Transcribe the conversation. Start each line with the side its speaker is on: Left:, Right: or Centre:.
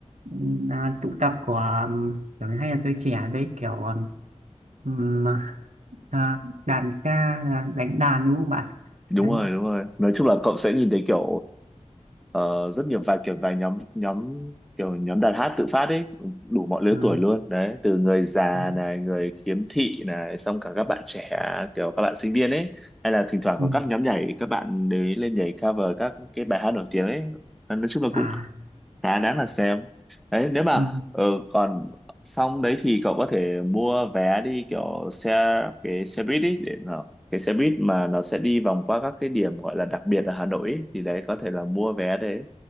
Right: ừ, là tụ tập của ừm, kiểu hay là giới trẻ đấy kiểu ừm, à, đàn ca là đánh đàn đúng không bạn
Centre: đúng
Right: đấy,
Centre: rồi đúng rồi nói chung là cậu sẽ nhìn thấy kiểu ờ, rất nhiều vài kiểu vài nhóm nhóm kiểu nhóm đàn hát tự phát ấy đủ mọi lứa
Right: ừ,
Centre: tuổi luôn đấy từ người già
Right: đấy.
Centre: này người khiếm thị này xong cả các bạn trẻ kiểu các bạn sinh viên ấy hay là thỉnh thoảng
Right: Ừ.
Centre: có các nhóm nhảy các bạn đấy lên nhảy cover các cái bài hát nổi tiếng ấy nói chung là
Right: à
Centre: cũng khá đáng là xem đấy nếu mà
Right: ừ.
Centre: ừ, còn xong đấy thì cậu có thể mua vé đi kiểu xe cái xe buýt ý để nó cái xe buýt mà nó sẽ đi vòng qua các cái điểm gọi là đặc biệt ở Hà Nội ý, thì đấy có thể là mua vé đấy